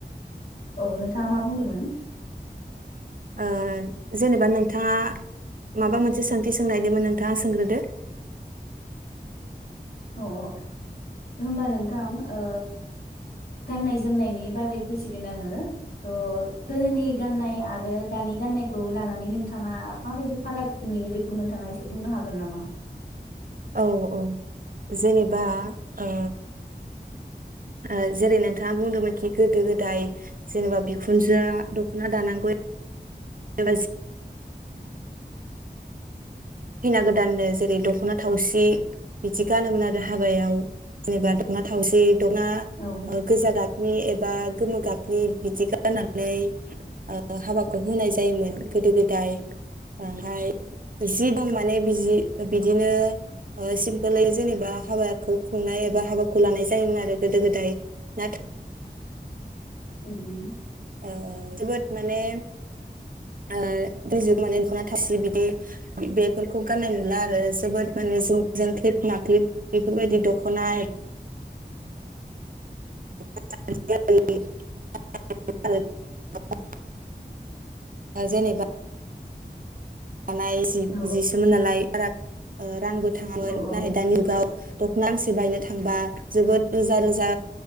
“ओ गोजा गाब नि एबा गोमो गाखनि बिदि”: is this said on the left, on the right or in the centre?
Right